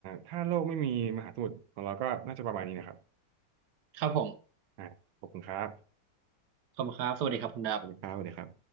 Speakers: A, on the right (about 85°); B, on the right (about 65°).
A: ถ้าโลกไม่มีมหาสมุทรของเราก็น่าจะประมาณนี้นะครับ
B: ครับผม
A: อ่าขอบคุณครับ
B: ขอบคุณครับสวัสดีครับคุณดับ
A: สวัสดีครับสวัสดีครับ